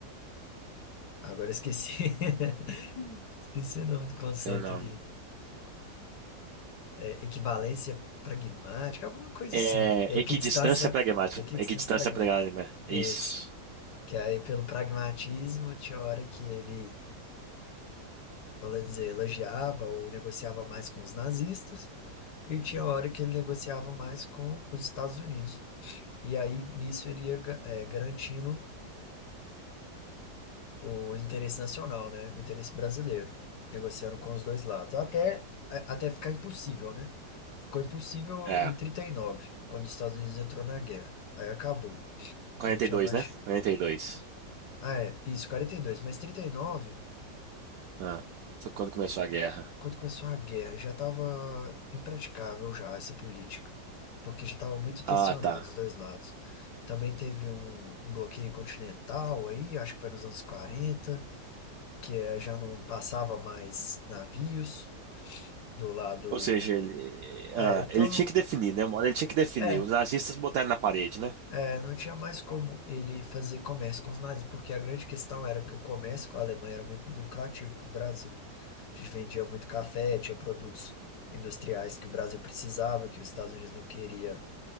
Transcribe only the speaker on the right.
É o nome.
É,
equidistância pragmática.
Equidistância
pragmática. Isso.
É,
42,
né? 42.
Ah, foi quando começou a guerra.
Ah, tá.
Ou seja, ele,
ah,
ele tinha que definir, né? Uma hora ele tinha que definir.
Os nazistas botaram na parede, né?